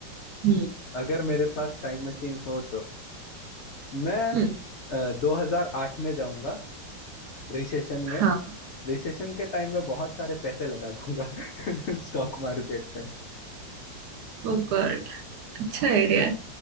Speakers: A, on the right (about 70°); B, on the left (about 80°).
A: हम्म
B: अगर मेरे पास टाइम मशीन हो तो मैं
A: हम्म
B: अ, 2008 में जाऊंगा रिसेशन
A: हाँ
B: में रिसेशन के टाइम में बहुत सारे पैसे लगा दूंगा <laughs> स्टॉक मार्केट में
A: वो गुड अच्छा आइडिया है